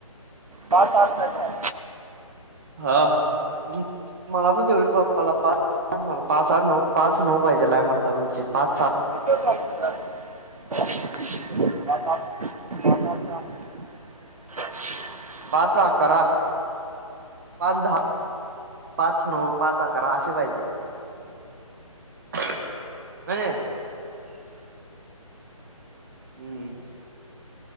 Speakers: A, on the right; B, on the right.
A: पाच आठ कायतर हाय.
B: हां हम्म मला पण तेवढी पप्पाला पा मलां पांच आठ नऊ पाच नऊ पाहिजेलाय मर्दा उची पांच सात
A: लय दिवस झालं पळालोय. <unintelligible> <unintelligible>
B: पाच अकरा पाच -दहा, पाच -नऊ, पाच- अकरा असे पाहिजे. <unintelligible> हम्मं